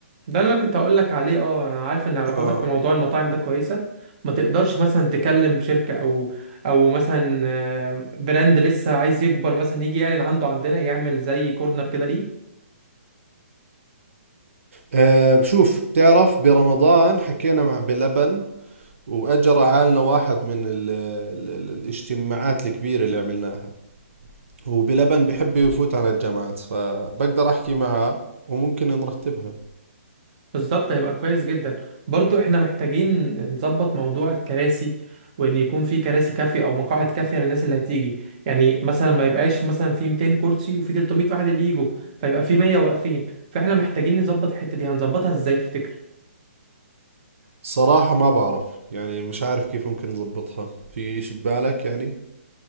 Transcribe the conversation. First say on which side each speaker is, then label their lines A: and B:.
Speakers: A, on the right (about 30°); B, on the right (about 70°).
A: ده اللي انا كنت هقول لك عليه اه انا عارف ان علاقاتك
B: اه
A: في موضوع المطاعم ده كويسه ما تقدرش مثلا تكلم شركه او او مثلا آه، براند لسه عايز يكبر مثلا يجي يعلن عنده عندنا يعمل زي كورنر كده ليه
B: آه، شوف بتعرف برمضان حكينا مع بلبن واجى رعالنا واحد من ال ال ال الاجتماعات الكبيرة اللي عملناها وبلبن بحب يفوت على الجامعات فبقدر احكي معه وممكن نرتبها
A: بالظبط هيبقى كويس جدا برضو احنا محتاجين نظبط موضوع الكراسي وان يكون في كراسي كافيه او مقاعد كافيه للناس اللي هتيجي يعني مثلا ما يبقاش مثلا في 200 كرسي وفي 300 واحد اللي يجوا فيبقى في 100 واقفين فاحنا محتاجين نظبط الحته دي هنظبطها ازاي تفتكر
B: صراحة ما بعرف يعني مش عارف كيف ممكن نظبطها في إشي ببالك يعني